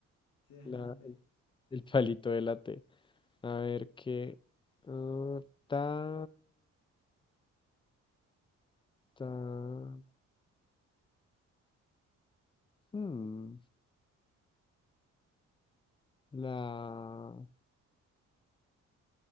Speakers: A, on the left (about 70°); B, on the left (about 15°).
A: sí, <laughs>
B: La,
A: anoté.
B: el, el palito de la T. A ver qué. ah, ta, ta. hmm, la,